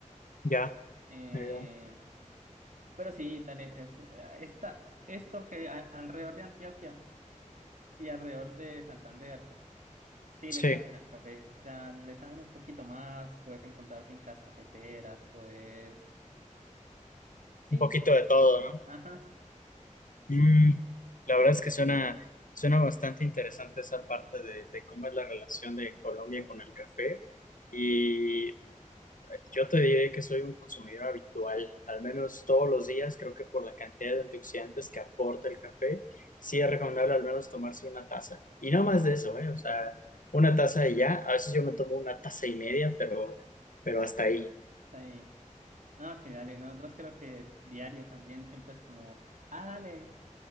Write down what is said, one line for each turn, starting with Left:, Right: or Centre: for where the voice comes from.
Left: ya,
Right: Eh,
Left: ya, ya.
Right: pero sí, dale, es, eh, esta, esto que a- alrededor de Antioquia y alrededor de Santander, sí
Left: Sí,
Right: le saben al café. O sea, le saben un poquito más, puedes encontrar fincas cafeteras, puedes... Sí,
Left: un poquito de todo, ¿no?
Right: ajá,
Left: Mm, la verdad es que suena, suena bastante interesante esa parte de, de cómo es la relación de Colombia con el café. Y Yo te diré que soy un consumidor habitual, al menos todos los días, creo que por la cantidad de antioxidantes que aporta el café, sí es recomendable al menos tomarse una taza. Y no más de eso, ¿eh? O sea, una taza y ya. A veces yo me tomo una taza y media, pero, pero hasta ahí.
Right: hasta ahí. No, sí, dale, nosotros creo que diario también siempre es como, ah, dale.